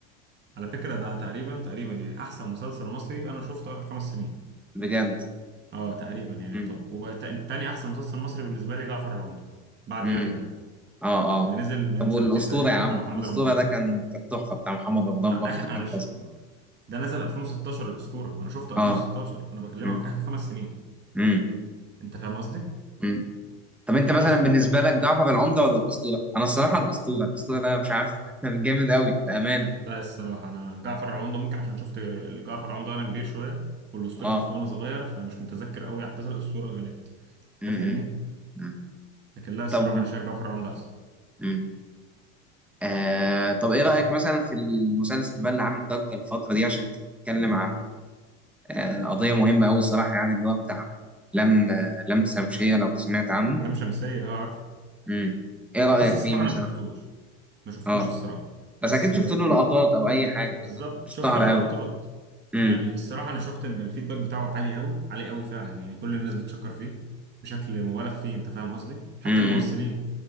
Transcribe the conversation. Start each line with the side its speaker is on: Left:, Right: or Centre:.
Right: على فكره ده تقريبا تقريبا يعني احسن مسلسل مصري انا شفته اخر خمس سنين
Centre: بجد
Right: اه تقريبا يعني
Centre: امم
Right: يعتبر وتاني احسن مسلسل مصري بالنسبه لي جعفر العمدة بعد
Centre: امم
Right: يعني ده
Centre: اه اه
Right: اللي نزل من
Centre: طب
Right: سنتين
Centre: والاسطوره
Right: تقريبا
Centre: يا
Right: بتاع
Centre: عم
Right: محمد
Centre: الاسطوره
Right: رمضان
Centre: ده كان كانت تحفه بتاع محمد رمضان
Right: ما
Centre: برضه
Right: أخ...
Centre: ده
Right: انا
Centre: كان
Right: ش...
Centre: فظيع
Right: ده نزل 2016 الاسطوره وانا شفته
Centre: اه
Right: 2016 انا بكلمك
Centre: امم
Right: اخر خمس سنين
Centre: امم
Right: انت فاهم قصدي
Centre: امم طب انت مثلا
Right: بس
Centre: بالنسبه لك جعفر العمده ولا الاسطوره انا الصراحه الاسطوره الاسطوره ده مش عارف <laughs> جامد قوي بامانه
Right: لا الصراحه انا جعفر العمدة ممكن عشان شفت جعفر العمدة وانا كبير شويه والاسطوره
Centre: اه
Right: شفته وانا صغير فمش متذكر قوي احداث الاسطوره كانت
Centre: امم
Right: انت فاهمني
Centre: امم
Right: لكن لا الصراحه
Centre: طب
Right: انا شايف جعفر العمدة احسن
Centre: امم آه طب ايه رايك مثلا في المسلسل بقى اللي عامل ضجه الفتره دي عشان كان بيتكلم عن آه، قضية مهمة أوي الصراحة يعني اللي هو بتاع لم آه، لم شمشية لو سمعت عنه
Right: لام شمسيه اه عارف
Centre: امم إيه رأيك
Right: بص الصراحه
Centre: فيه مثلا؟
Right: انا ما شفتوش ما شفتوش
Centre: أه
Right: الصراحه
Centre: بس
Right: بس
Centre: أكيد شفت له لقطات أو أي حاجة
Right: بالظبط
Centre: اشتهر
Right: شفت له لقطات
Centre: أوي امم
Right: يعني الصراحة أنا شفت إن الفيدباك بتاعه عالي قوي عالي قوي فعلا يعني كل الناس بتشكر فيه بشكل مبالغ فيه أنت فاهم قصدي حتى
Centre: امم
Right: الممثلين